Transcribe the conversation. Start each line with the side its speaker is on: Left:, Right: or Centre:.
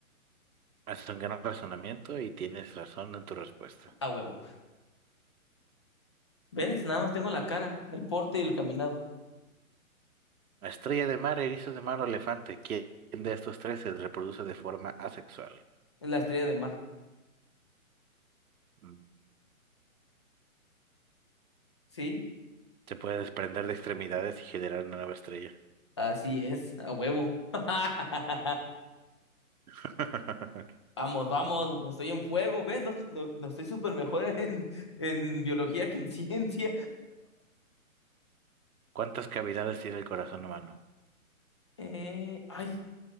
Right: Haz un gran razonamiento y tienes razón en tu respuesta.
Left: A huevo. ¿Ves? Nada más tengo la cara, el porte y el caminado.
Right: A Estrella de mar, erizo de mar o elefante, ¿quién de estos tres se reproduce de forma asexual?
Left: Es la estrella de mar.
Right: Mm.
Left: ¿Sí?
Right: Se puede desprender de extremidades y generar una nueva estrella.
Left: Así es, a huevo. <laughs>
Right: <laughs>
Left: Vamos, vamos, estoy en fuego, ¿ves? No, estoy- no, no estoy súper mejor <laughs> en, en biología que en ciencia.
Right: ¿Cuántas cavidades tiene el corazón humano?
Left: Eh, ay,